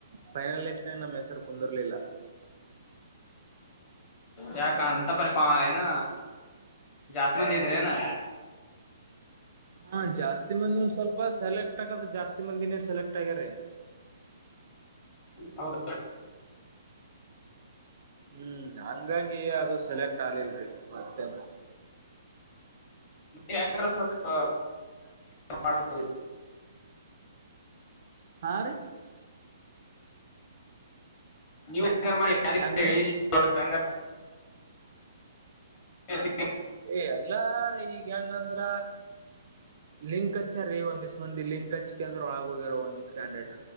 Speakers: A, on the right; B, on the left.
A: ಫೈನಲ್ ಲ ಎಕ್ಾಗ ನ್ ಹೆಸರು ಕುಂದಿರ್ಲಿಲ್ಲ
B: ಯಕಾಣಂತ ಬ ಕ ಆನ ಜಾಸ್ತಿ ಮಂದಿ ಇದ್ರಿಏನಾ
A: ಹಾ ಜಾಸ್ತಿ ಮಂದ ಸ್ವಲ್ಪ ಸೆಲೆಕ್ಟ್ ಆಗ ಜಾಸ್ತಿ ಮಂದಿನೇ ಸೆಲೆಕ್ಟ್ ಆಗ್ಯಾರ
B: ಹೌದ
A: ಹ್ಮ್ ಹಂಗಾಗಿ ಅದು ಸೆಲೆಕ್ಟ್ ಆಗ್ಲಿಲ್ರಿ ಮತ್ತೆ
B: ನೀ್ರೆ ಸ್ವಲ್ಪ ಮಾಡ್ಬೋ
A: ಹಾ ರೀ
B: ನೀವ ಹೆಂಗ ಮಾಡಿ
A: ಹೆಂಗ್ರೀ
B: ಯ ಹೇಳ ಹಾ
A: ಏ ಎಲ್ಲ ಈಗ ಹೆಂಗಂದ್ರ ಲಿಂಕ್ಚ್ಚಾರಿರಿ ಒಂದ್ ಇಷ್ಟಂದ ದಲ್ಲಿ ಕಚ್ ಅಂದ್ರ ಒಳಾಗರ ಸ್ಕ್ಯಾಡಟ